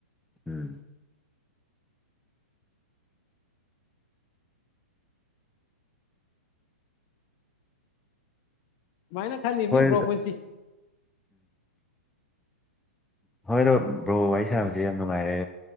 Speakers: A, in the centre; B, on the left.
A: ꯎꯝ
B: ꯁꯨꯃꯥꯏꯅ ꯈꯜꯂꯤꯕꯅꯦ
A: ꯍꯣꯏ
B: ꯕ꯭ꯔꯣ ꯄꯨꯟꯁꯤ
A: ꯍꯣꯏꯗꯣ ꯕ꯭ꯔꯣ ꯋꯥꯔꯤ ꯁꯥꯟꯅꯕꯁꯦ ꯌꯥꯝ ꯅꯨꯡꯉꯥꯏꯔꯦ